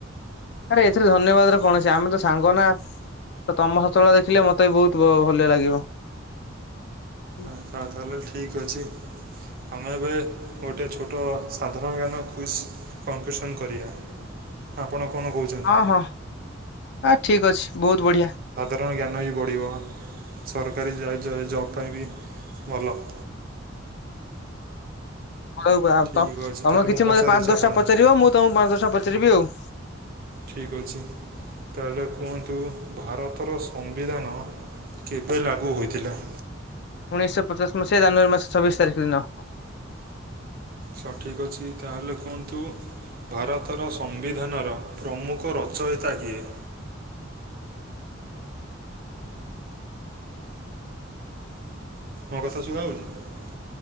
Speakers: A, on the left; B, on the right.
A: ଆରେ ଏଥିରେ ଧନ୍ୟବାଦ ର କୌଣସି ଆମେ ତ ସାଙ୍ଗ ନା ତ ତମ ସଫଳତା ଦେଖିଲେ ମତେ ବି ବହୁତ ଭଲ ଲାଗିବ। ହୁଁ।
B: ଆଛ ତାହେଲେ ଠିକ ଅଛି। ଆମେ ଏବେ ଗୋଟେ ଛୋଟ ସାଧାରଣ ଜ୍ଞାନ କୁଇଜ୍ କମ୍ପିଟିସନ୍ କରିବା। ଆପଣ କଣ କହୁଛନ୍ତି?
A: ହଁ ହଁ ଆ ଠିକ୍ ଅଛି ବହୁତ ବଢ଼ିଆ।
B: କାରଣ ଜ୍ଞାନ ବି ବଢ଼ିବ ସରକାରୀ ଜବ୍ ପାଇଁ ବି ଭଲ। <inaudible>
A: ହଁ।
B: ଠିକ୍
A: ଉ ତମେ
B: ଅଛି ତାହେଲେ
A: କିଛି
B: ମୁଁ ପଚାରୁଛି
A: ମତେ ପାଞ୍ଚ ଦଶଟା
B: ଆପଣଙ୍କୁ
A: ପଚାରିବ ମୁଁ ତମକୁ ପାଞ୍ଚ ଦଶଟା ପଚାରିବି ଆଉ।
B: ଠିକ୍ ଅଛି ତାହେଲେ କୁହନ୍ତୁ ଭାରତର ସମ୍ବିଧାନ କେବେ ଲାଗୁ ହୋଇଥିଲା?
A: ଉଣେଇଶଶହ ପଚାଶ ମସିହା ଜାନୁଆରୀ ମାସ ଛବିଶ ତାରିଖ ଦିନ।
B: ସ ଠିକ୍ ଅଛି ତାହେଲେ କୁହନ୍ତୁ। ଭାରତର ସମ୍ବିଧାନର ପ୍ରମୁଖ ରଚୟତା କିଏ? ମୋ କଥା ଶୁଭା ଯାଉଛି?